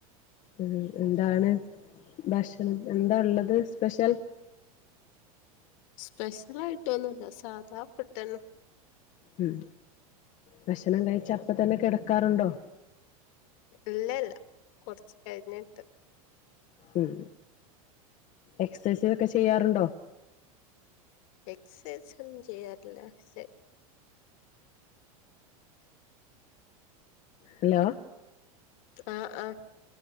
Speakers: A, on the left; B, on the left.
A: ഉം എന്താണ് ഭക്ഷണം എന്താ ഇള്ളത് സ്പെഷ്യൽ?
B: സ്പെഷ്യൽ ആയിട്ടൊന്നുല്ല സാധാ ഫുഡ്ന്നെ.
A: ഉം ഭക്ഷണം കഴിച്ച അപ്പ തന്നെ കെടക്കാറുണ്ടോ?
B: ഇല്ലല്ല കൊർച്ച് കഴിഞ്ഞിട്ട്
A: ഉം എക്സസൈസ് ഇതൊക്കെ ചെയ്യാറുണ്ടോ?
B: എക്സസൈസ് ഒന്നും ചെയ്യാറില്ല പക്ഷേ
A: ഹലോ?
B: ആഹ് ആഹ്